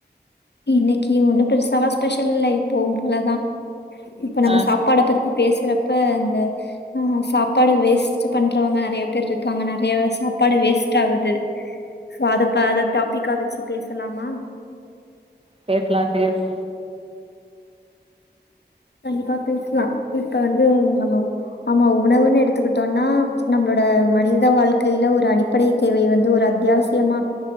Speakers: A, on the left (about 70°); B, on the right (about 35°).
A: இன்னைக்கு ஒன்னு பெருசாலா ஸ்பெஷல் இல்ல எப்போவு போலதா இப்ப நம்ம
B: ஆ
A: சாப்பாட பத்தி பேசுறப்ப அந்த ஆ சாப்பாடு வேஸ்ட் பண்றவங்க நெறைய பேர் இருக்காங்க நெறைய சாப்பாடு வேஸ்ட் ஆகுது சோ அதப்ப அத டாபிக்கா வெச்சு பேசலாமா
B: பேசலா சிஸ்
A: கண்டிப்பா பேசலா இப்ப வந்து நம்ம உ ஆமா உணவுன்னு எடுத்துக்கிட்டோனா நம்மளோட மனித வாழ்க்கைல ஒரு அடி ப்படை தேவை வந்து ஒரு அத்தியாவசியமா